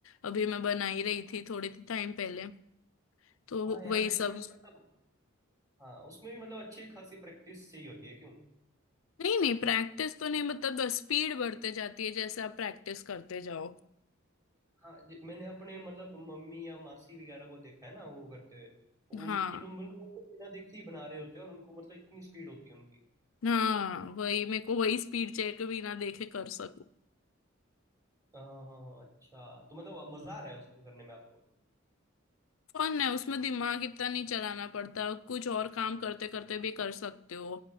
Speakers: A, on the left (about 70°); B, on the right (about 15°).
A: अभी मैं बना ही रही थी थोड़े टाइम पहले तो
B: हाँ यार
A: वही
B: उसमें
A: सब
B: मतलब हाँ उसमें भी मतलब अच्छी खासी प्रैक्टिस चाहिए होती है क्यों
A: नहीं नहीं प्रैक्टिस तो नहीं मतलब स्पीड बढ़ते जाती है जैसे आप प्रैक्टिस करते जाओ
B: हाँ ज- मैंने अपने मतलब मम्मी या मासी वगैरह को देखा है ना वो करते हुए तो
A: हाँ
B: उनकी तो मतलब वो तो बिना देखे ही बना रहे होते हैं और उनको मतलब इतनी स्पीड होती है उनकी
A: हाँ वही मेरे को वही स्पीड चेक बिना देखे कर सकूं
B: हाँ हाँ हाँ अच्छा तो मतलब अब मजा आ रहा है उसको करने में आपको
A: फन है उसमें दिमाग इतना नहीं चलाना पड़ता कुछ और काम करते करते भी कर सकते हो